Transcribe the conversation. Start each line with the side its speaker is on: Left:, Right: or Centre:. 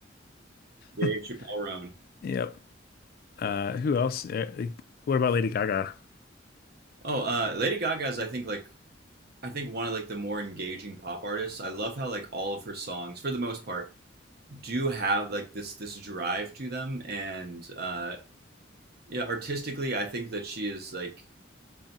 Right: Dave
Left: that. <laughs>
Right: Chappelle Roan.
Left: Yep. Uh, who else? Uh, what about Lady Gaga?
Right: Oh, uh, Lady Gaga's I think like I think one of like the more engaging pop artists. I love how like all of her songs, for the most part, do have like this this drive to them, and uh, yeah, artistically, I think that she is like